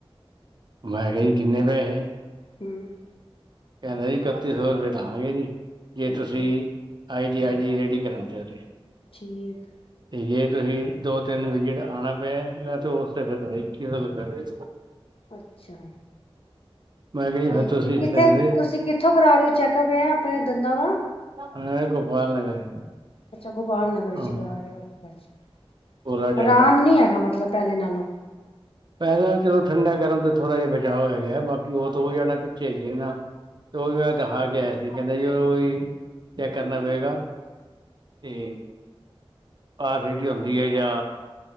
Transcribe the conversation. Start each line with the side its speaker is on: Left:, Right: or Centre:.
Right: ਮੈਂ ਕਿਹਾ ਜੀ, ਕਿੰਨੇ ਪੈਸੇ
Left: ਹਮ
Right: ਕਹਿੰਦਾ ਜੀ ਇਕੱਤੀ ਸੌ ਰੁਪਏ ਲਾਗੇ ਜੀ, ਜੇ
Left: ਅੱਛਾ
Right: ਤੁਸੀਂ ਆਏ ਜੀ ਆਏ ਜੀ ਰੇਡੀ ਕਰਵਾਦੇ ਤੇ
Left: ਠੀਕ।
Right: ਤੇ ਜੇ ਤੁਸੀ ਦੋ ਤਿੰਨ ਵਿਕਟ ਆਉਣਾ ਪਿਆ, ਤੇ ਉਸ ਤੇ ਫਿਰ ਇੱਕੀ ਸੌ ਲੱਗਣਗੇ।
Left: ਅੱਛਾ
Right: ਮੈਂ ਕਿਹਾ ਜੀ
Left: ਤੇ
Right: ਫਿਰ
Left: ਫ
Right: ਤੁਸੀਂ ਇਸ
Left: ਕਿੱਥੇ,
Right: ਤਰ੍ਹਾਂ ਦੇ
Left: ਤੁਸੀਂ ਕਿੱਥੋਂ ਕਰਾ ਰਹੇ ਹੋ ਚੈੱਕਅਪ ਆਪਣੇ ਆਪਣੇ ਆਪ ਹੈ ਦੰਦਾਂ ਦਾ
Right: ਮੈਂ ਗੋਪਾਲ ਨਗਰ
Left: ਅੱਛਾ ਗੋਪਾਲਨਗਰ
Right: ਹਾਂ
Left: ਚ ਕਰਾਂ ਰਹੇ ਹੋ, ਅੱਛਾ ਅੱਛਾ
Right: ਕੋਲਾ
Left: ਅਰਾਮ
Right: ਡੈਂਟਲ
Left: ਨੀ ਹੈਗਾ, ਮਤਲਬ ਪਹਿਲੇ ਨਾਲੋਂ
Right: ਪਹਿਲੇ ਨਾਲੋਂ ਚਲੋ ਠੰਢਾ ਗਰਮ ਤੇ ਥੋੜਾ ਜਿਹਾ ਬਚਾਅ ਹੋਗਾ ਐ, ਬਾਕੀ ਉਹਤ ਹੋ ਜਾਣਾ ਪਿੱਛੇ ਹੈਗੀ ਇਹ ਨਾ ਤੇ ਉਹ ਵੀ ਮੈਂ ਦਿਖਾ ਕੇ ਆਇਆ ਸੀ, ਕਹਿੰਦਾ ਜੀ ਉਹ ਵੀ ਚੈੱਕ ਕਰਨਾ ਪਵੇਗਾ ਤੇ ਆਲਰੇਡੀ ਹੁੰਦੀ ਹੈ, ਯਾ